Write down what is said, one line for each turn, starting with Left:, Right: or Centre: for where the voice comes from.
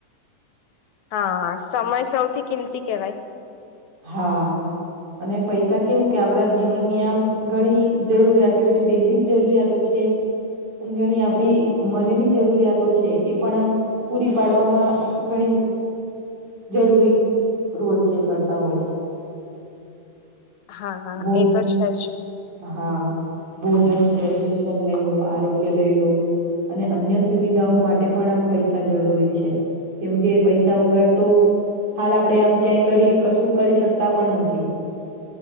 Left: હા સમય સૌથી કિંમતી કેવાય.
Right: હા. અને પૈસા કેવું કે આપણા જીવનની આમ ઘણી જરૂરિયાતીઓ જે બેઝિક જરૂરિયાતો છે. થે ઘણી આપડી મનની જરૂરિયાતો છે, એ પણ આમ પૂરી પાડવામાં ઘણી જરૂરી રોલ પ્લે કરતા હોય.
Left: હા હા
Right: ભોજન!
Left: એ તો છે જ
Right: હા, ભોજન. શિક્ષણ લઈ લો, આરોગ્ય લઈ લો, અને અન્ય સુવિધાઓ માટે પણ આમ પૈસા જરૂરી છે. કેમ કે પૈસા વગર તો હાલ આપડણે આમ ક્યાંય કરી કશું કરી શકતા પણ નથી.